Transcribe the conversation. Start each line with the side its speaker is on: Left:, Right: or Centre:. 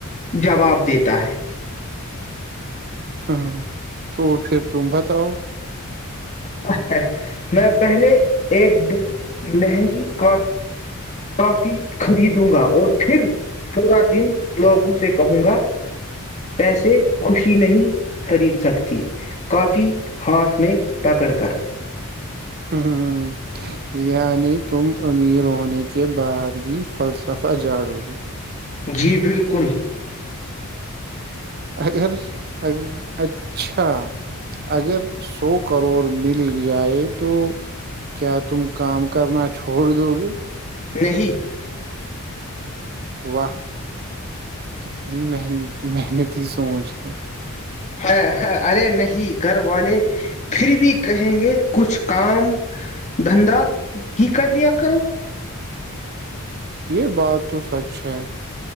Left: جواب دیتا ہے
Right: ہاں تو پھر تم بتاؤ
Left: ہا ہامیں پہلے ایک بہت مہنگی کاف کافی خریدوں گا اور پھر پورا دن لوگوں سے کہوں گا پیسے خوشی نہیں خرید سکتی کافی ہاتھ میں پکڑ کر
Right: ہوں ہوں ہوں یعنی تم امیر ہونے کے بعد بھی فلسفہ جاڑو گے
Left: جی بالکل
Right: اگر اگر ا چھا اگر سو کروڑ مل جائے تو کیا تم کام کرنا چھوڑ دو گے
Left: نہیں
Right: واہ کتنی محن محنتی سوچ ہے
Left: ہا ہا ہے ارے نہیں گھر والے پھر بھی کہیں گے کچھ کام دھندا ہی کر لیا کرو
Right: یہ بات تو سچ ہے